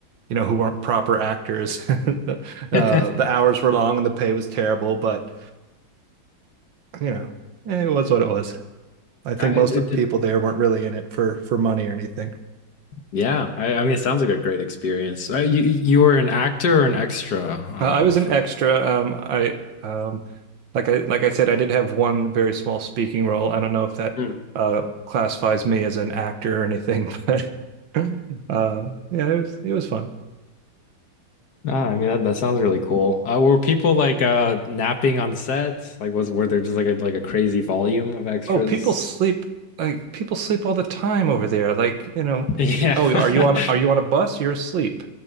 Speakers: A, on the right (about 70°); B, on the left (about 60°).
A: you know, who weren't proper actors, <laughs> the, uh,
B: <laughs>
A: the hours were long and the pay was terrible. But you know, eh, it was what it was. I think
B: I,
A: most
B: it,
A: of the
B: it-
A: people there weren't really in it for for money or anything.
B: yeah, I, I mean it sounds like a great experience. Uh, you you were an actor or an extra uh
A: Uh, I was
B: for
A: an extra. Um, I um, like I like I said, I did have one very small speaking role. I don't know if that
B: Hmm.
A: uh, classifies me as an actor or anything, but <laughs> uh, yeah, it was it was fun.
B: Ah, I mean that, that sounds really cool. Uh, were people like uh napping on sets? Like was were there just like a like a crazy volume of extras?
A: Oh, people sleep like people sleep all the time over there. Like, you know,
B: <laughs> Yeah.
A: oh,
B: <laughs>
A: are you on are you on a bus? You're asleep.